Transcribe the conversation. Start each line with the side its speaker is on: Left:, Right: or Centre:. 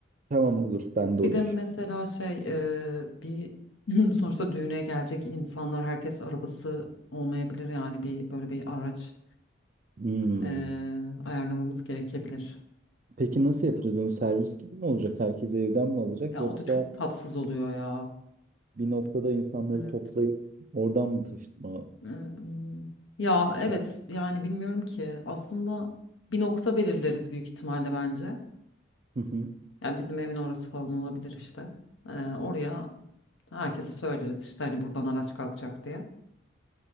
Right: Tamam olur. Ben de
Left: Bir
Right: o iş.
Left: de mesela şey e, bir <clears throat> sonuçta düğüne gelecek insanlar herkes arabası olmayabilir yani bir böyle bir araç
Right: Hmm.
Left: e, ayarlamamız gerekebilir.
Right: Peki nasıl yapacağız onu? Servis gibi mi olacak? Herkes evden mi alacak?
Left: Ya
Right: Yoksa
Left: o da çok tatsız oluyor ya.
Right: bir noktada insanları
Left: Evet.
Right: toplayıp oradan mı taşıtma?
Left: Ee, ım, Ya
Right: İşte.
Left: evet yani bilmiyorum ki aslında bir nokta belirleriz büyük ihtimalle bence.
Right: Hı hı.
Left: Yani bizim evin orası falan olabilir işte. Ee, oraya herkese söyleriz işte hani buradan araç kalkacak diye.